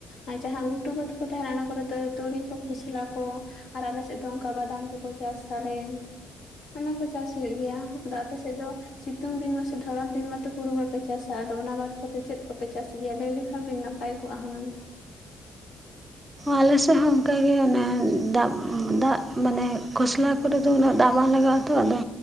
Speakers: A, on the left; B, on the right.
A: ᱟᱨ ᱡᱟᱦᱟᱸ ᱜᱩᱴᱩ ᱵᱟᱹᱫᱽ ᱠᱚ ᱛᱟᱷᱮᱱᱟ ᱚᱱᱟ ᱠᱚᱨᱮ ᱫᱚ ᱛᱩᱲᱤ ᱠᱚ ᱠᱷᱚᱥᱞᱟ ᱠᱚ ᱟᱨ ᱟᱞᱮ ᱥᱮᱫ ᱫᱚ ᱚᱱᱠᱟ ᱵᱟᱫᱟᱢ ᱠᱚᱠᱚ ᱪᱟᱥ ᱟᱞᱮ ᱚᱱᱟ ᱠᱚ ᱪᱟᱥ ᱦᱩᱭᱩᱜ ᱜᱮᱭᱟ ᱟᱫᱚ ᱟᱯᱮ ᱥᱮᱫ ᱫᱚ ᱥᱤᱛᱩᱝ ᱫᱤᱱ ᱢᱟᱥᱮ ᱫᱷᱚᱨᱚᱱ ᱫᱤᱱ ᱢᱟᱛᱚ ᱦᱩᱲᱩ ᱵᱟᱯᱮ ᱪᱟᱥᱟ ᱟᱫᱚ ᱚᱱᱟ ᱵᱟᱫ ᱠᱟᱛᱮᱫ ᱪᱮᱫ ᱠᱚᱯᱮ ᱪᱟᱥ ᱜᱮᱭᱟ ᱞᱟᱹᱭ ᱞᱮᱠᱷᱟᱱ ᱵᱤᱱ ᱱᱟᱯᱟᱭ ᱱᱟᱯᱟᱭ ᱠᱚᱜᱼᱟ ᱦᱩᱱᱟᱹᱝ
B: ᱟᱞᱮ ᱥᱮᱫ ᱦᱚᱸ ᱚᱱᱠᱟᱜ ᱜᱮ ᱚᱱᱮ ᱫᱟᱜ ᱫᱟᱜ ᱢᱟᱱᱮ ᱠᱷᱚᱥᱞᱟ ᱠᱚᱨᱮ ᱫᱚ ᱩᱱᱟᱹᱜ ᱫᱟᱜ ᱵᱟᱝ ᱞᱟᱜᱟᱜᱼᱟ ᱛᱚ ᱟᱫᱚ